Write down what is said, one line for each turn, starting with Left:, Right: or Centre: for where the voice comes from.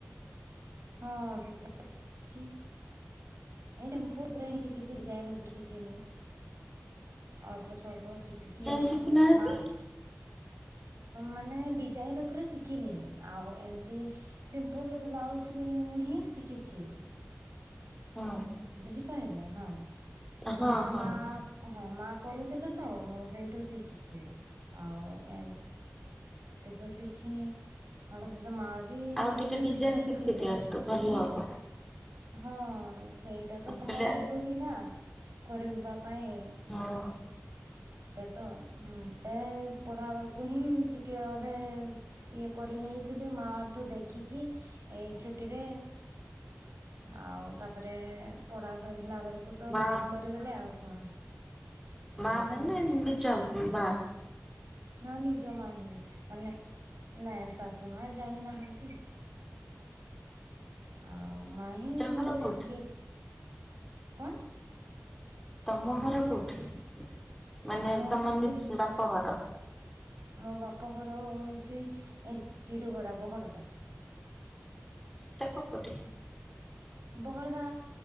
Right: ହଁ ସିଲେଇ ଶିଖିଛି। ଏ ଶମ୍ପୁ ଉପରେ ହ ସିଖିଛି ଡ଼ିଜାଇନ ଉପରେ ସିଖିନି ଅଳ୍ପ ଅଳ୍ପ ସିକିଛି
Centre: ଯାଏଁ ଶିଖୁନାହାନ୍ତି।
Right: ମା ମାନେ ଡ଼ିଜାଇନ ଉପରେ ଶିଖିନି ଆଉ ଏମତି ସିମ୍ପୁଲ ବ୍ଲାଉଜ ହିଁ ଶିଖିଛି।
Centre: ହଁ।
Right: ବୁଝିପାରିଲେ ହଁ ମାନେ
Centre: ହଁ ହଁ
Right: ମା ହଁ ମା କରୁଥିଲେ ତ ମୁଁ ସେଇଠୁ ଶିଖିଛି ଆଉ ଏମ ତେ ତ ସିଖିନି ହ ମା ବି ବି ସିମ୍ପୁଲ
Centre: ଆଉ ଟିକେ
Right: ହିଁ
Centre: ଡିଜାଇନ
Right: ଶିଖିଛନ୍ତି
Centre: ଶିଖିଦିଅନ୍ତୁ
Right: ଡ଼ିଜାଇନ।
Centre: ଭଲ ହବ
Right: ହଁ ସେଇଟା
Centre: ମୁଁ
Right: ତ ସମୟ
Centre: କହିଲି
Right: ମିଳୁନି ନା କରିବା ପାଇଁ।
Centre: ହଁ।
Right: ଏ ତ ଏ ପଢ଼ା ବେଳକୁ ହିଁ ଟିକେ ଅଧେ ଇଏ କରିନି ନେଇଥିଲି ମା ଠୁ ଦେଖିକି ଏଇ ଛୁଟି ରେ ଆଉ ତାପରେ ପଢ଼ା ସରିଲା ବେଳକୁ ତ
Centre: ମା
Right: ମ୍ୟାରେଜ କରିଦେଲେ ଆଉ କଣ? ଏବେ
Centre: ମା ମାନେ
Right: ତ
Centre: ନିଜ ବା
Right: ନା ନିଜ ମା ହିଁ ମାନେ ନାଇଁ ଶାଶୁ ମା ଜାଣିନାହାନ୍ତି, ଆଉ ମା
Centre: ନିଜ
Right: ହିିଁ
Centre: ଘର
Right: ନିଜେ
Centre: କୋଉଠି
Right: ଶିଖେଇ କଣ?
Centre: ତମ ଘର କୋଉଠି? ମାନେ
Right: ମୋ
Centre: ତମ
Right: ଶାଶୂ
Centre: ନି
Right: <unintelligible>
Centre: ବାପ ଘର?
Right: ମୋ ବା ପଘର ହଉଛି ଏ ଚିରୁଗୁଡ଼ା ବହରଦା।
Centre: ସେଟା କୋଉ ପଟେ?
Right: ବହରଦା